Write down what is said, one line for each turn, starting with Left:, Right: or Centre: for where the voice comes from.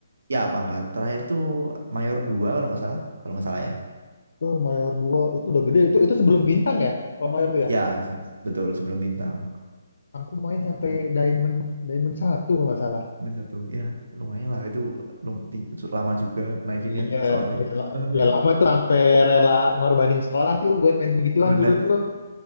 Right: Ya, pangkat terakhir tuh Mayor 2 kalau nggak salah, kalau nggak salah ya.
Left: Oh mayor 2 itu udah gede itu itu sebelum bintang ya? Kalau mayor tuh ya.
Right: Ya, se- betul sebelum bintang.
Left: Aku main
Right: Mm-mm.
Left: sampai diamond diamond satu kalau nggak salah.
Right: Bintang Satu. Ya, lumayan lah itu lum- ting- su- lama juga naikinnya
Left: Iya,
Right: soalnya.
Left: ya, la-
Right: <laughs>
Left: ya lama tuh sampai rela ngorbanin sekolah tuh buat main begituan
Right: Bener,
Left: dulu tuh.